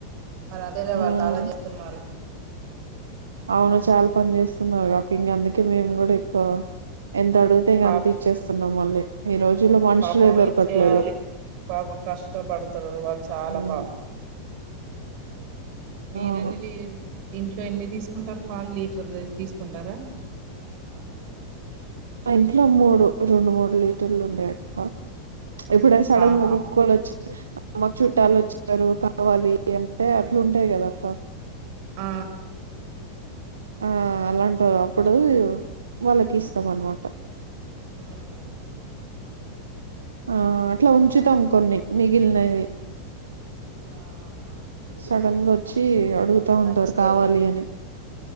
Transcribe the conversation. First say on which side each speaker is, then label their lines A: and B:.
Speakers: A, on the right; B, on the right.
A: మరి అంతలా
B: ఉమ్
A: వాళ్ళు చాలా చేస్తు ఉన్నారు మ్
B: అవును చాలా పని చేస్తు ఉన్నావుగ అక్క ఇంగ అందుకే మేము కూడా ఎక్కువ ఎంత అడుగు ఇగా
A: పాపం
B: అంత ఇచ్చేస్తున్నాం మళ్ళీ ఈ రోజుల్లో
A: అవును
B: మనుషులు
A: పాపం
B: దొరకట్లేదు
A: ఇచ్చేయాలి పాపం కష్టపడతారు వాళ్ళు చాలా
B: ఉమ్
A: పాపం మీర్
B: అవును
A: ఎన్నిలి ఇంట్లో ఎన్ని తీసుకుంటారు పాలు లీటర్ తీసుకుంటారా
B: ఆ ఇంట్లో మూడు రెండు మూడు లీటర్లు ఉండే అక్క ఎప్పుడైనా సడన్
A: ఆహా
B: గా ఒక్కో ఒక్కలు వచ్చి అ మాక్ చుట్టాలు వచ్చారు కావాలి అంటే అట్లు ఉంటాయి కద అక్క
A: ఆ
B: ఆ అలాంటి అప్పుడు
A: ఉమ్
B: వాళ్ళకి ఇస్తాం అన్ మాట
A: మ్
B: ఆ అట్లా ఉంచుతాం కొన్ని మిగిల్ నవి
A: ఆహా
B: సడన్ గా వచ్చి అడుగుతా
A: మంచిదేలే
B: ఉంటారు కావాలి అని